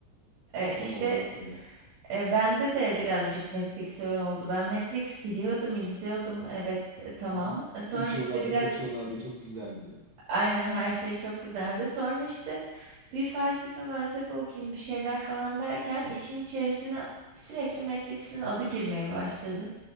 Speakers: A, on the right; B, on the right.
A: E,
B: Tam
A: işte
B: olarak öyle.
A: E, bende de birazcık Matrix öyle oldu. Ben Matrix biliyordum, izliyordum. Evet, e, tamam.
B: Hı hı.
A: E, Sonra
B: Uçuyorlardı,
A: işte birazcık
B: kaçıyorlardı. Çok güzeldi.
A: aynen her şey çok güzeldi. Sonra işte bir felsefe felsefe okuyayım bir şeyler falan derken işin içerisine sürekli Matrix'in adı girmeye başladı.